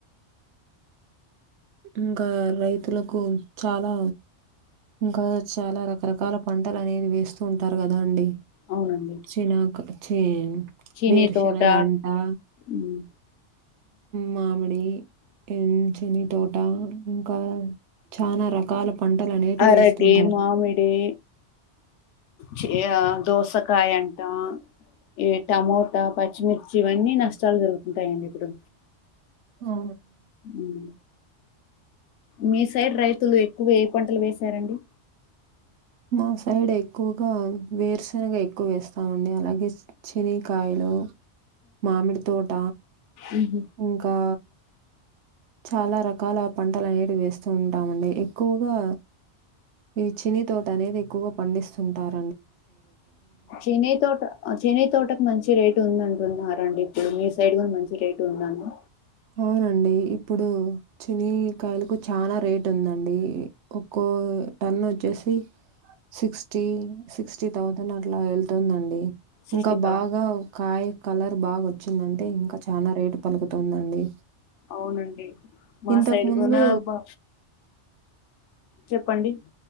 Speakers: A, on the right (about 75°); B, on the left (about 80°).
A: ఇంకా రైతులకు చాలా ఇంకా చాలా రకరకాల పంటలు అనేది వేస్తూ ఉంటారు కదా అండి
B: అవునండి
A: చినాక చెన్
B: చీనీ
A: వేరుశెనగ
B: తోట
A: అంటా
B: ఉమ్
A: మామిడి ఉమ్ చిని తోట ఇంకా చానా రకాల పంటలు అనేటివి
B: అరటి,
A: వేస్తుంటారు
B: మామిడి చె దోసకాయ అంటా ఈ టమోటా పచ్చిమిర్చి ఇవన్నీ నష్టాలు జరుగుతుంటాయండి ఇప్పుడు
A: ఆ
B: ఉమ్ మీ సైడ్ రైతులు ఎక్కువ ఏ పంటలు వేసారండి
A: మాసైడ్ ఎక్కువగా వేరుశెనగ ఎక్కువ వేస్తామండి అలాగే చినీకాయలు మామిడి తోట
B: ఉహు
A: ఇంకా చాలా రకాల పంటలు అనేవి వేస్తూ ఉంటామండి ఎక్కువగా ఈ చినీ తోట అనేది ఎక్కువగా పండిస్తుంటారు
B: చినై తోట చినై తోటకు మంచి రేటు ఉందంటున్నారు రండి ఇప్పుడు మీ సైడ్ కూడా మంచి రెట్ ఉందను
A: అవునండి ఇప్పుడు చినీకాయలకు చానా రేట్ ఉందండి ఒక్కో టన్ వచ్చేసి సిక్స్టీ సిక్స్టీ థౌసండ్ అట్లా వెళ్తుందండి
B: సిక్స్టీ
A: ఇంకా
B: థౌసండ్
A: బాగా కాయ కలర్ బాగా వచ్చిందంటే ఇంకా చానా రేటు పలుకుతుందండి
B: అవునండి మా
A: ఇంతకుముందు
B: సైడ్ కూన బా చెప్పండి